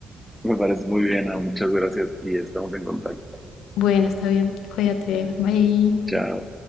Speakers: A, in the centre; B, on the left (about 85°).
A: me parece muy bien. ah, Muchas gracias y estamos en contacto.
B: Bueno, está bien. Cuídate. Bye.
A: Chao.